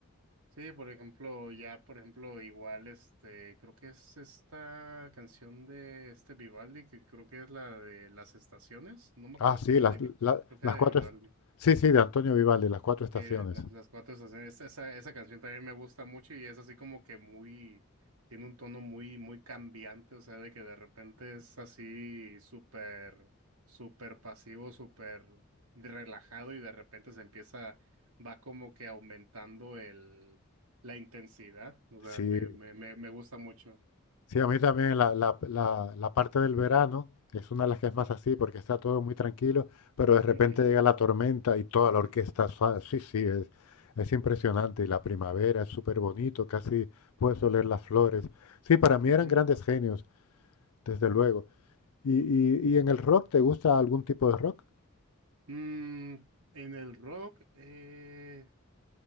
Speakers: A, on the right (about 80°); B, on the left (about 85°).
A: Sí, por ejemplo, ya, por ejemplo, igual, este, creo que es esta canción de este Vivaldi, que creo que es la de las estaciones, no me
B: Ah,
A: acuerdo
B: sí,
A: si era
B: las,
A: de, Vi-
B: la-
A: creo que
B: las
A: era
B: cuatro.
A: de Vivaldi.
B: es- Sí, sí, de Antonio Vivaldi, las cuatro estaciones.
A: Eh, las, las cuatro estaciones, esa, esa esa canción también me gusta mucho y es así como que muy, tiene un tono muy, muy cambiante, o sea, de que de repente es así súper, súper pasivo, súper relajado y de repente se empieza, va como que aumentando el, la intensidad, o
B: Sí,
A: sea, me, me, me, me gusta mucho.
B: sí, a mí también la, la- la- la parte del verano es una de las que
A: Ujú,
B: es más así porque está todo muy tranquilo, pero de repente
A: ujú.
B: llega la tormenta y toda la orquesta, sa- sí, sí, es, es impresionante. Y la primavera es súper bonito, casi puedes oler las flores. Sí, para mí
A: Ujú.
B: eran grandes genios. Desde luego. ¿Y, y, y en el rock te gusta algún tipo de rock?
A: Mm, en el rock, eh,